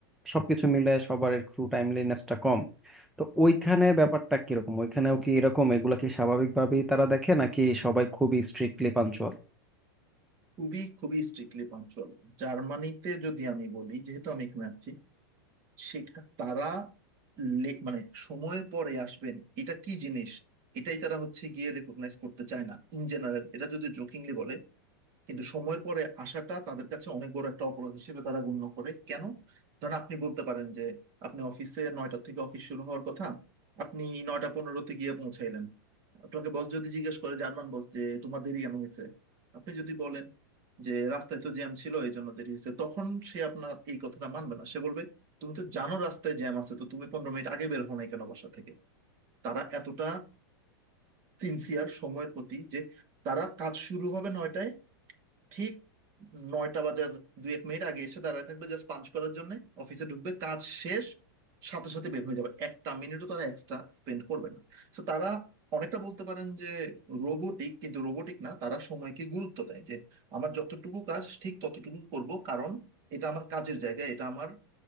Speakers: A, in the centre; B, on the right (about 25°).
A: সবকিছু মিলে সবার একটু টাইমলিনেসটা কম তো ওইখানে ব্যাপারটা কিরকম ওইখানেও কি এরকম এগুলা কি স্বাভাবিকভাবেই তারা দেখে নাকি সবাই খুবই স্ট্রিক্টলি পাঞ্চুয়াল
B: খুবই খুবই স্ট্রিক্টলি পাঞ্চুয়াল জার্মানিতে যদি আমি বলি যেহেতু আমি এখানে আছি সেখা তারা লে- মানে সময়ের পরে আসবেন এটা কি জিনিস এটাই তারা হচ্ছে গিয়ে রেকগনাইজ করতে চায় না ইন জেনারেল এটা যদি জোকিংলি বলে কিন্তু সময়ের পরে আসাটা তাদের কাছে অনেক বড় একটা অপরাধ হিসেবে তারা গণ্য করে কেন ধরেন আপনি বলতে পারেন যে আপনি অফিসে নয়টা থেকে অফিস শুরু হওয়ার কথা আপনি নয়টা পনেরোতে গিয়ে পৌঁছাইলেন আপনাকে বস যদি জিজ্ঞেস করে জার্মান বস যে তোমার দেরি কেন হয়েছে আপনি যদি বলেন যে রাস্তায় তো জ্যাম ছিল এই জন্য দেরি হয়েছে তখন সে আপনার এই কথাটা মানবে না সে বলবে তুমি তো জানো রাস্তায় জ্যাম আছে তো তুমি পনেরো মিনিট আগে বের হও নাই কেন বাসা থেকে তারা এতটা সিনসিয়ার সময়ের প্রতি যে তারা কাজ শুরু হবে নয়টায় ঠিক নয়টা বাজার দুই এক মিনিট আগে এসে দাঁড়ায় থাকবে জাস্ট পাঞ্চ করার জন্য অফিসে ঢুকবে কাজ শেষ সাথে সাথে বের হয়ে যাবে একটা মিনিটও তারা এক্সট্রা স্পেন্ড করবে না তো তারা অনেকটা বলতে পারেন যে রোবোটিক কিন্তু রোবোটিক না তারা সময়কে গুরুত্ব দেয় যে আমার যতটুকু কাজ ঠিক ততটুকু করব কারণ এটা আমার কাজের জায়গা এটা আমার